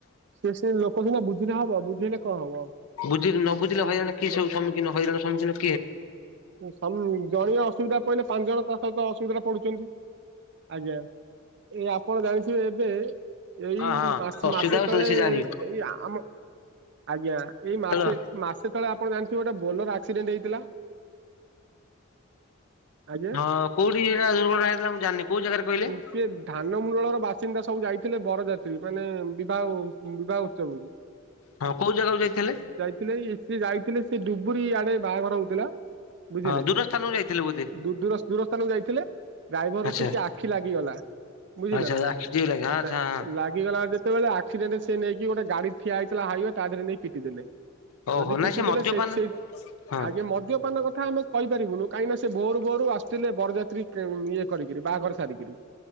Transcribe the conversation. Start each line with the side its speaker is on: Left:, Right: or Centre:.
Right: ସେ ସେ ଲୋକ ସିନା ବୁଝିଲେ ହବ ବୁଝେଇଲେ କଣ ହବ?
Left: ବୁଝିଲି ନ ବୁଝିଲ ହଇରାଣ କିଏ ସବୁଖୀନ ହଇରାଣ ସମୁଖୀନ
Right: ହୁଁ ହୁଁ ତମ୍ ଜଣିଏ ଅସୁବିଧା ପଇଲେ ପାଞ୍ଚ ଜଣ ତା ସହିତ ଅସୁବିଧାରେ ପଡୁଚନ୍ତି। ଆଜ୍ଞା। ଏ ଆପଣ ଜାଣିଥିବେ ଏବେ ଏଇ
Left: ହଁ ହଁ।
Right: ମାସ
Left: ଅସୁବିଧା
Right: ମାସେ
Left: ହବ
Right: ତଳେ
Left: ସେତେବେଳେ ସେ ଜାଣିବେ
Right: ଏଇ ଆମ ଆଜ୍ଞା ଏଇ ମାସେ
Left: ତେଣୁ
Right: ମାସେ ତଳେ ଆପଣ ଜାଣିଥିବେ ଗୋଟେ ବୋଲର ଆସ୍କ କ୍ସିଡାଣ୍ଟ ହେଇଥିଲା। ଆଜ୍ଞା।
Left: ହଁ କୋଉଠି ଏଇଭଳିଆ ଦୁଘଣା ହେଇଥିଲା। ମୁଁ ଜାଣିନି କୋଉ ଜାଗାରେ କହିଲେ?
Right: ସିଏ ଧାନ ମୁଳର ବାସିନ୍ଦା ସବୁ ଯାଇଥିଲେ ବରଯାତ୍ରୀ। ମାନେ ବିବାହକୁ ବିବାହ ଉତ୍ସବକୁ ହୁଁ
Left: ହଁ କୋଉ ଜାଗାକୁ ଯାଇଥିଲେ
Right: ଯାଇ ଥିଲେ ସିଏ ଯାଇଥିଲେ ସେ ଡୁବୁରି ଆଡେ ବାହାଘର ହଉଥିଲା। ବୁଝିଲେ
Left: ହଁ ଦୂର ସ୍ଥାନକୁ ଯାଇଥିଲେ ବୋଧେ
Right: ଦ ଦୂର ଦୂର ସ୍ଥାନକୁ ଯାଇଥିଲେ। ଡ୍ରାଇଭରର
Left: ଆଚ୍ଛା
Right: ଟିକେ ଆଖି ଲାଗିଗଲା। ବୁଝିଲ
Left: ଆଚ୍ଛା
Right: ନା
Left: ଆଖି ଟିକେ ଲାଗେ ହଁ ଆଚ୍ଛା
Right: <unintelligible>
Left: ହଁ।
Right: ଗିଗଲା ଯେତେବେଳେ ଆକ୍ସିଡେଣ୍ଟ ସେ ନେଇକି ଗୋଟେ ଗାଡି ଠିଆ ହେଇଥିଲା ହାଇୱ ତା ଧିରେ ନେଇ ପିଟି ଦେଲେ।
Left: ଓହୋ
Right: ଯଦି
Left: ନାଇଁ
Right: ପିଟି
Left: ସେ ମଦ୍ୟପାନ
Right: ଦେଲେ ସେଇଠି ସେଇ
Left: ହଁ
Right: ଆଜ୍ଞା ମଦ୍ୟପାନ କଥା ଆମେ କହିପାରିବୁନୁ କାହିଁକିନା ସେ ଭୋର୍ ଭୋରୁ ଆସୁ ଥିଲେ ବରଯାତ୍ରୀ କ ଇଏ କରିକିରି ବାହାଘର ସାରିକିରି